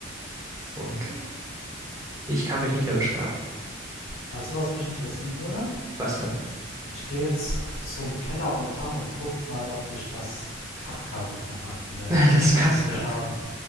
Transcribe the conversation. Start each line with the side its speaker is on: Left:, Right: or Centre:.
Right: Und ja. Ich kann mich nicht mehr beschweren.
Left: Weißt du, was mich interessieren würde?
Right: Was denn? <laughs>
Left: Ich gehe jetzt zum Keller runter und guck mal, ob ich das Kafka-Buch nochmal finde.
Right: Das
Left: Ich müsste
Right: Kaff
Left: das nämlich
Right: kaufen.
Left: haben.